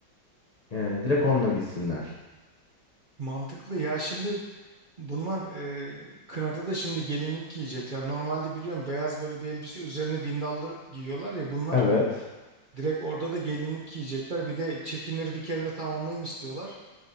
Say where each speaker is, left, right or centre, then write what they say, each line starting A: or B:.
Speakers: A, on the left; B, on the right.
A: E, direkt onunla gitsinler.
B: Mantıklı ya şimdi Bunlar e, kınada da şimdi gelinlik giyecekler. Normalde biliyorum beyaz böyle bir elbise üzerine bindallı giyiyorlar ya bunlar
A: Evet.
B: direkt orada da gelinlik giyecekler. Bir de çekimleri bir kere de tamamlayayım istiyorlar.